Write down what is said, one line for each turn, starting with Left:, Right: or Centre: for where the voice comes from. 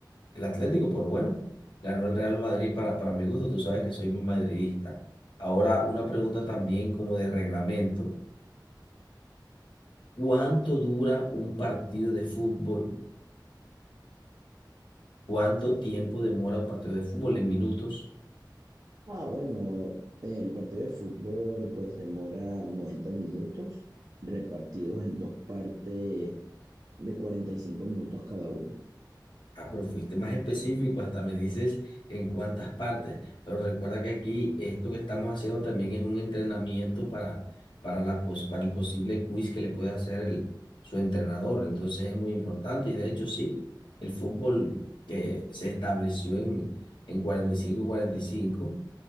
Left: el Atlético, pero bueno, ganó el Real Madrid para, para mi gusto, tú sabes que soy muy madridista. Ahora, una pregunta también como de reglamento, ¿cuánto dura un partido de fútbol? ¿Cuánto tiempo demora un partido de fútbol en minutos?
Right: Ah, bueno, el partido de fútbol pues demora noventa minutos, repartidos en dos partes de 45 minutos cada una.
Left: Ah, pero fuiste más específico, hasta me dices en cuántas partes. Pero recuerda que aquí esto que estamos haciendo también es un entrenamiento para, para, la, pos- para el posible quiz que le puede hacer el, su entrenador. Entonces es muy importante y de hecho sí, el fútbol eh, se estableció en, en cuarenta cuarenta y cinco y cinco y cinco